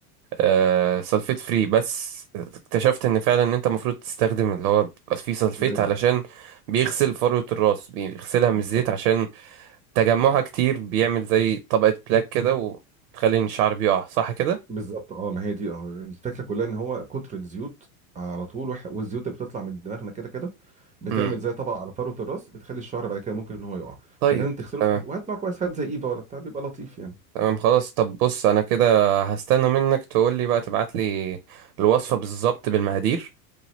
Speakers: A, on the right; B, on the right.
A: آه سلفيت فري بس اكتشفت ان فعلا ان انت المفروض تستخدم اللي هو بيبقى فيه سلفيت
B: لازم
A: علشان بيغسل فروة الراس بيغسلها
B: بالظبط
A: من الزيت عشان تجمعها كتير بيعمل زي طبقة بلاك كده وتخلي ان الشعر بيقع صح كده
B: بالظبط اه ما هي دي اه الفكره كلها ان هو كتر الزيوت على طول وح- والزيوت اللي بتطلع من دماغنا كده كده بتعمل
A: إمم.
B: زي طبقه على فروه الراس بتخلي الشعر بعد كده ممكن ان هو يقع
A: طيب
B: فلازم تغسله
A: تمام
B: كويس. وهات معاك كويس هات زي ايفا ولا بتاع بيبقى لطيف يعني
A: تمام خلاص طب بص انا كده هستنى منك تقول لي بقى تبعت لي الوصفة بالظبط بالمقادير